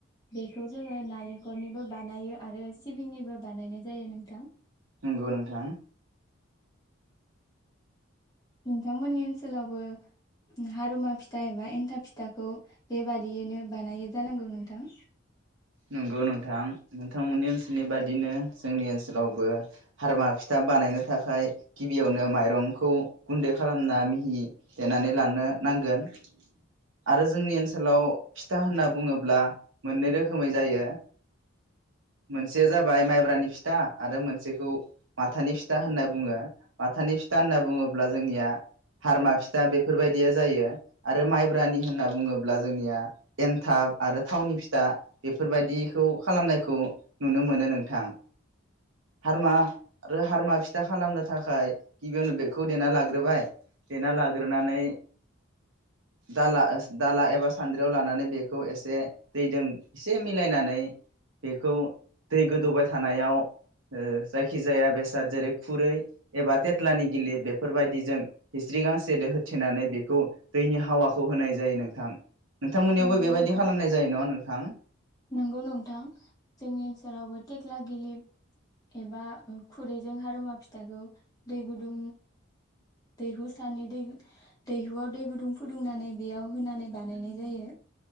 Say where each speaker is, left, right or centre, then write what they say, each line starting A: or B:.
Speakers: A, on the left; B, on the right.
A: बेखौ जोङो नालेंखलनिबो बानायो आरो सिबिंनिबो बानायनाय जायो नोंथां।
B: नंगौ नोंथां।
A: नोंथांमोननि ओनसोलावबो हारुमा फिथा एबा एन्थाब फिथाखौ बेबादियैनो बानायो जानांगौ नोंथां?
B: नंगौ नोंथां नोंथांमोननि ओनसोलनि बादिनो जोंनि ओनसोलावबो हारमा फिथा बानायनो थाखाय गिबियावनो माइरंखौ गुन्दै खालामना मिहि देनानै लानो नांगोन आरो जोंनि ओनसोलाव फिथा होनना बुङोब्ला मोननै रो खोमै जायो मोनसेया जाबाय माइब्रानि फिथा आरो मोनसेखौ माथानि फिथा होनना बुङो माथानि फिथा होनना बुङोब्ला जोंनिया हारमा फिथा बेफोरबायदिया जायो आरो माइब्रानि होनना बुङोब्ला जोंनिया एनथाब आरो थावनि फिथा बेफोरबायदिखौ खालामनायखौ नुनो मोनो नोंथां हारमा आरो हारमा फिथा खालामनो थाखाय गिबियावनो बेखौ देना लाग्रोबाय देना लाग्रोनानै दाला दाला एबा सान्द्रियाव लानानै बेखौ एसे दैजों एसे मिलायनानै बेखौ दै गोदौबाय थानायाव ओ जायखिजाया बेसाद जेरै खुरै एबा थेथ्लानि <unintelligible> बेफोरबायदिजों हिस्रि गांसेदो होथेनानै बेखौ दैनि हावाखौ होनाय जायो नोंथां। नोंथांमोननियावबो
A: नंगौ
B: बेबायदि
A: नोंथां
B: खालामनाय जायो न' नोंथां?
A: नंगौ नोंथां जोंनि ओनसोलावबो थेक्ला गिलिब एबा खुरैजों हारुमा फिथाखौ दै गुदुं दैहु सानि दै दैहुआव दै गुदुं फुदुंनानै बेयाव होनानै बानायनाय जायो।